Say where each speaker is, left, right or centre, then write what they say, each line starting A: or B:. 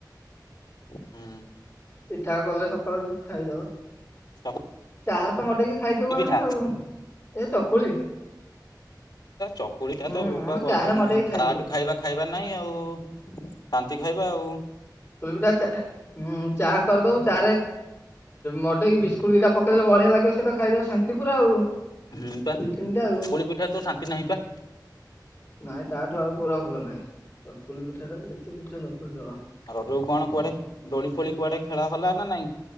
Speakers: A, on the left; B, on the left.
A: ହୁଁ।
B: ପିଠା କଲେ ସକାଳୁ ଖାଇଦବା।
A: ଚକୁଳି
B: ଚାହାର ତ ମଡେଇକି ଖାଇଦବୁ ଆମେ,
A: ପିଠା
B: ଆଉ ଏ ଚକୁଳି।
A: ଚକୁଳି ଟା
B: ହୁଁ
A: ତ ବୋପା
B: ଆମେ
A: ବ
B: ଚାହାରେ ମଡେଇକି ଖାଇଦଉ।
A: ଖା ଟୁ ଖାଇବା। ଖାଇବା ନାହିଁ ଆଉ, ଶାନ୍ତି ଖାଇବା ଆଉ।
B: ଏଉଡ଼ା ଚା ହୁଁ ଚା କରିଦବୁ ଚା ରେ ମଡେଇକି ବିସ୍କୁଟ ଦି ଟା ପକେଇ ବଢ଼ିଆ ଲାଗିବ ସେ ତ ଖାଇଦବ ଶାନ୍ତି ପୁରା।
A: ହୁଁ ପା
B: ଦି
A: ଚକୁଳି
B: ତିନିଟା ଆଉ
A: ପିଠା ତ ଶାନ୍ତି ନାହିଁ ପା।
B: ନାଇଁ ତାଠୁ ଆଉ କୋଉରା ଭଲନାହିଁ। ଚକୁଳି ପିଠା ଟା ବି ଯେତେ ପିଠା ଚକୁଳି ତଳ।
A: ରଜକୁ କଣ କୁଆଡେ ଦୋଳି ଫୋଳି କୁଆଡ଼େ ଖେଳ ହଲାନା ନାଇଁ